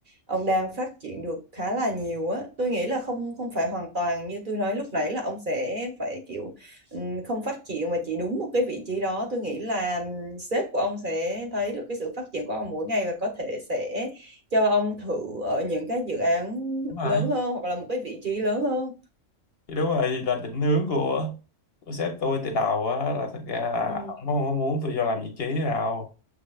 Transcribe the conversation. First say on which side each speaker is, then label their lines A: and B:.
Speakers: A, on the right (about 45°); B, on the left (about 50°).
A: ông đang phát triển được khá là nhiều á. Tôi nghĩ là không không phải hoàn toàn như tôi nói lúc nãy là ông sẽ phải kiểu ừ, không phát triển mà chỉ đúng một cái vị trí đó. Tôi nghĩ là ừ, sếp của ông sẽ thấy được cái sự phát triển của ông mỗi ngày và có thể sẽ cho ông thử ở những cái dự án
B: đúng rồi
A: lớn hơn hoặc là một cái vị trí lớn hơn
B: thì đúng rồi thì là định hướng của, của sếp tôi từ đầu á là thật ra là
A: Ừ,
B: ổng không có muốn tôi vô làm vị trí nào